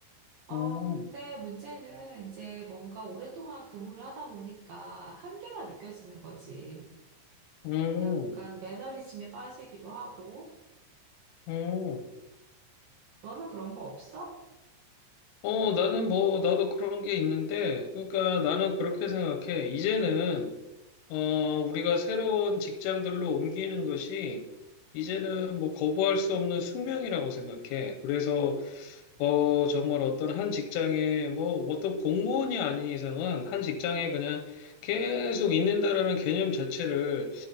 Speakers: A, on the right; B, on the left.
A: 어,
B: 음,
A: 근데 문제는 이제 뭔가 오랫동안 근무를 하다 보니까 한계가 느껴지는 거지.
B: 음,
A: 약간 매너리즘에 빠지기도 하고.
B: 음.
A: 너는 그런 거 없어?
B: 어, 나는 뭐, 나도 그런 게 있는데, 그러니까 나는 그렇게 생각해. 이제는, 어, 우리가 새로운 직장들로 옮기는 것이, 이제는 뭐, 거부할 수 없는 숙명이라고 생각해. 그래서, 어, 정말 어떤 한 직장에, 뭐, 어떤 공무원이 아닌 이상은 한 직장에 그냥 계속 있는다라는 개념 자체를,